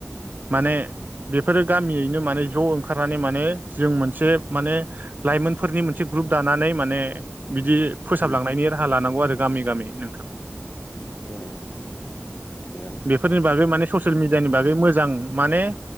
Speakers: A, on the right; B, on the left.
A: माने
B: औ
A: बेफोरो गामियैनो माने ज' ओंखारनानै माने जों मोनसे माने लाइमोनफोरनि मोनसे ग्रुप दानानै माने बिदि फोसाबलांनायनि
B: उम
A: राहा लानांगौ आरो गामि गामि नोंथां
B: उम थिगानो
A: बेफोरनि बागै माने ससियेल मिडियानि बागै मोजां जां माने